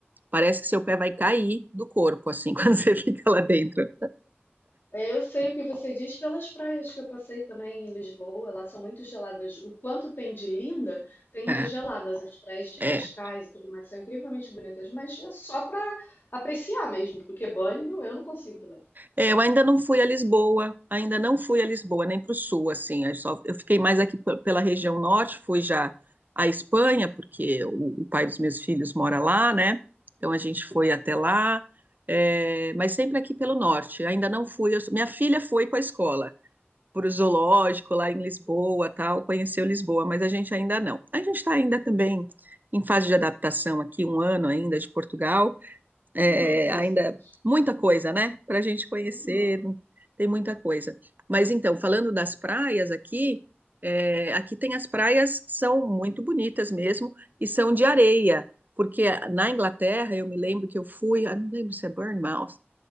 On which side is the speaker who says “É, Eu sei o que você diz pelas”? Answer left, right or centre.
Left